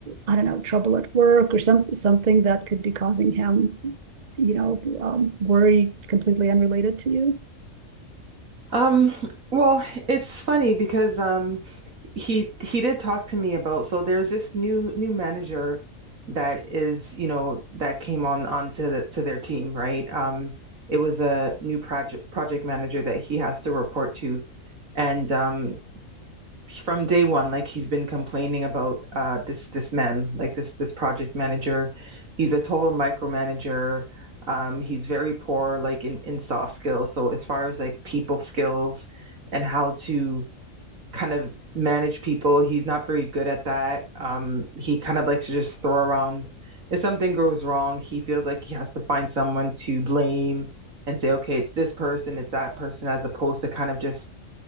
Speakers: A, on the right; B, on the right.
A: I don't know trouble at work or some something that could be causing him you know um, worry completely unrelated to you?
B: Um, well, it's funny because um he he did talk to me about so there's this new new manager that is, you know, that came on onto the to their team, right? Um it was a new project project manager that he has to report to. And um from day one, like he's been complaining about uh, this this man, like this this project manager. He's a total micromanager. Um, he's very poor, like in in soft skills. So as far as like people skills and how to kind of manage people, he's not very good at that. Um, he kind of likes to just throw around. If something goes wrong, he feels like he has to find someone to blame and say, okay, it's this person, it's that person, as opposed to kind of just